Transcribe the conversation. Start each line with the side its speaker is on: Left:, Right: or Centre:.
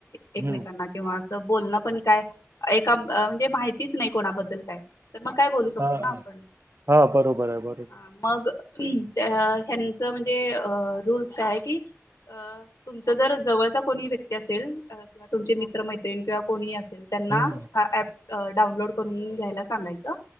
Left: एकमेकांना.
Right: हं.
Left: बोलणंपण काय? एका म्हणजे माहितीच नाही कोणाबद्दल काय. तर मग काय बोलू शकतो
Right: हां,
Left: ना
Right: हां.
Left: आपण?
Right: हां, बरोबर आहे, बरोबर.
Left: ह मग ह्यांच म्हणजे रूल्स का आहे की? अ तुमच जर जवळचा कोणी व्यक्ती असेल किंवा तुमचे मि मित्र-मैत्रिणी किंवा कोणी असेल त्यांना
Right: हं,
Left: हा ऍप डाउनलोड करून घ्यायला सांगायचं.